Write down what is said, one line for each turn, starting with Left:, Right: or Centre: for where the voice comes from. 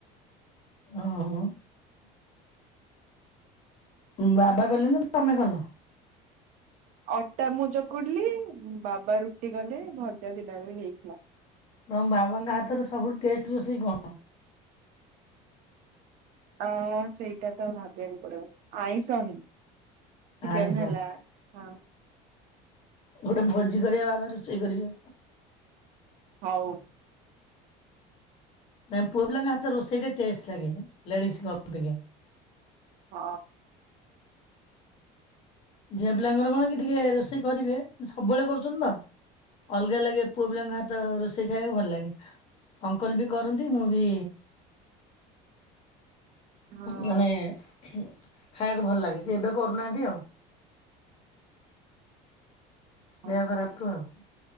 Left: ହଁ ଅ। ବାବା ଗଲେ ନା ତମେ କଲ
Right: ଅଟା ମଜ କଡିଲି ବାବା ରୁଟି କଲେ ଭଜା ଦିନରେ ହେଇଥିଲା।
Left: ତମ ବାବାଙ୍କ ହାତରେ ସବୁଠୁ ଟେଷ୍ଟ ରୋଷେଇ କଣ?
Right: ଅ ସେଇଟା ତ ଭାବିବାକୁ ପଡିବ ଆଇଁଷ ହିଁ। ଚିକେନ
Left: ଆଇଁଷ
Right: ହେଲା ହଁ।
Left: ଗୋଟେ ଭୋଜି କରିବା ବାବା ରୋଷେଇ କରିବେ।
Right: ହଉ।
Left: ନଇ ପୁଅ ପିଲାଙ୍କ ହାତର ରୋଷେଇ ଟା ଟେଷ୍ଟ ଲାଗେ ଲଡିଜ୍ ଗପି
Right: ହଁ।
Left: ଝିଅ ପିଲାଙ୍କର କଣ କି ଟିକେ ରୋଷେଇ କରିବେ ସବୁବେଳେ କରୁଛନ୍ତି ତ। ଅଲଗା ଲାଗେ। ପୁଅ ପିଲାଙ୍କ ହାତ ରୋଷେଇ ଖାଇବାକୁ ଭଲ ଲାଗେ। ଅଙ୍କଲ୍ ବି କରନ୍ତି ମୁଁ ବି
Right: ହଁ
Left: ମାନେ ଖାଇବାକୁ ଭଲ ଲାଗେ। ସେ ଏବେ କରୁନାହାନ୍ତି ଆଉ।
Right: ହଁ
Left: ଦେହ ଖରାପ ଠୁ ଆଉ। <inaudible>